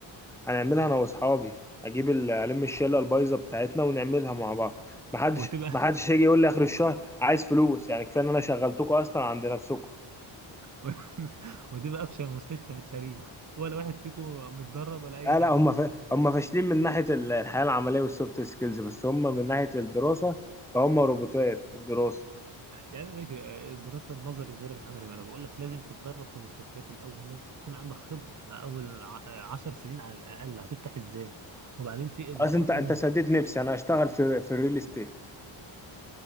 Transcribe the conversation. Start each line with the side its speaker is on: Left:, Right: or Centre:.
Centre: هنعملها انا واصحابي اجيب ال- الم الشله البايظه بتاعتنا ونعملها مع بعض محدش
Right: وتبقى
Centre: محدش يجي يقول لي اخر الشهر عايز فلوس يعني كفايه ان انا شغلتكم اصلا عند نفسكم
Right: <laughs> وتبقى افشل مستشفى في التاريخ ولا واحد فيكم متدرب ولا اي
Centre: لا
Right: حاجة
Centre: لا هم ف... هم فاشلين من ناحية ال- الحياة العملية والسوفت سكيلز بس هم من ناحية الدراسة فهم روبوتات الدراسة
Right: يعني ماشي الدراسة النظري غير العملي ما انا بقول لك لازم تتدرب في المستشفيات الأول لازم تكون عندك خبرة أول ع- عشر سنين على الأقل هتفتح ازاي وبعدين في إجراءات
Centre: خلاص انت انت
Right: لازم
Centre: سديت نفسي انا هشتغل في في الريل استيت